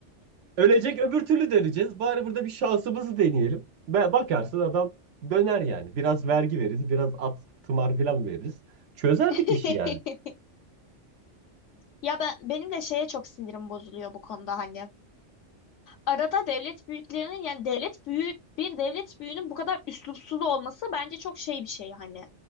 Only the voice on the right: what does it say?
Ölecek öbür türlü de Bari burada bir şansımızı deneyelim. Ve bakarsın adam döner yani. Biraz vergi veririz, biraz at, tımar falan veririz. Çözerdik
işi yani.